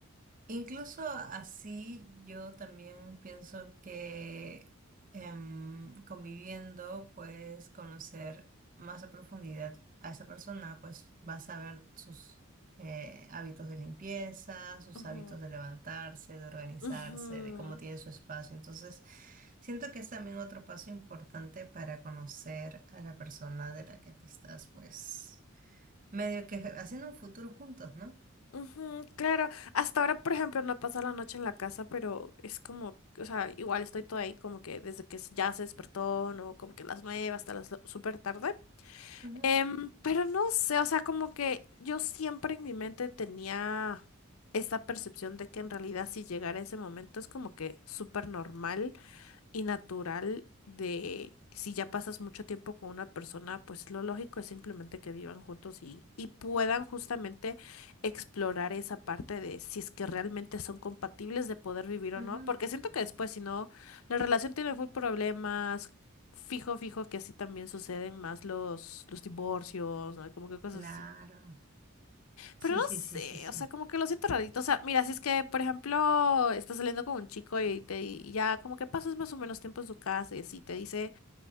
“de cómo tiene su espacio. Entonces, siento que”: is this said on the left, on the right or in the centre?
Right